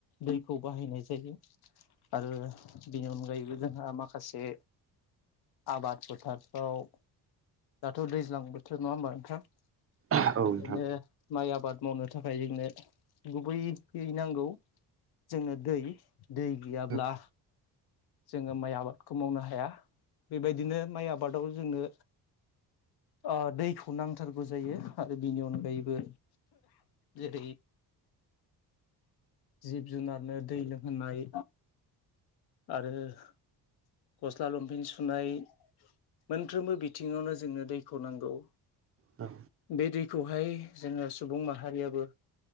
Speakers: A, on the left; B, on the right.
A: दैखौ बाहायनाय जायो। आरो बेनि अनगायैबो जोंहा माखासे आबाद फोथारफ्राव दाथ' दैज्लां बोथोर नङा होमबा नोंथां।
B: औ औ
A: बेखायनो
B: नोंथां
A: माइ आबाद मावनो थाखाय जोंनो गुबै दै नांगौ जोंङो दै दै गैयाब्ला
B: ओ
A: जोङो माइ आबादखौ मावनो हाया बेबायदिनो माइ आबादाव जोंनो ओ दैखौ नांथारगौ जायो आरो बिनि अनगायैबो जेरै जिब जुनारनो दै लोंहोनाय। आरो गस्ला लंफेेन सुनाय मोनफ्रोमबो बिथिङावनो जोंनो दैखौ नांगौ।
B: औ।
A: बे दैखौहाय जोङो सुबुं माहारियाबो